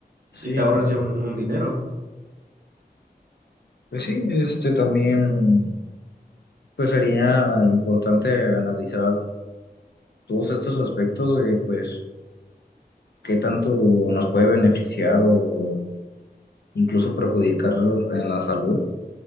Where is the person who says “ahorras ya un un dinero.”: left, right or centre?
Right